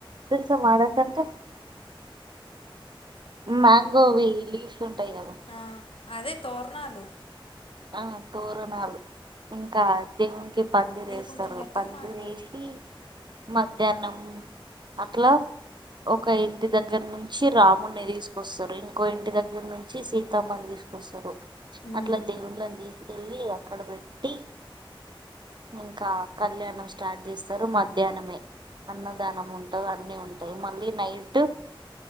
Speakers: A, on the right; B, on the left.
A: తెల్సా మడా థాంటే మ్యాంగోవి లీవ్స్ ఉంటాయి కమా
B: ఆ, అదే తోరణాలు
A: ఆ తోరణాలు ఇంకా దేవునికి పందిరేస్తారు
B: నీ కొంచెం గట్టిగా
A: పందిరేసి
B: మాట్లాడు
A: మధ్యాహ్నం అట్లా ఒక ఇంటి దగ్గర నుంచి రాము్ణి తీసుకొస్తారు ఇంకో ఇంటి దగ్గర నుంచి సీతామ్మని తీసుకు సరు
B: మ్మ్.
A: అట్లా దేవున్లంది కళ్ళి అక్కడ పెట్టి ఇంకా కళ్యాణం స్టార్ట్ చేస్తారు మధ్యాహ్నమే అన్నదానం ఉంటంది అన్నీ ఉంటాయి మళ్ళీ నైట్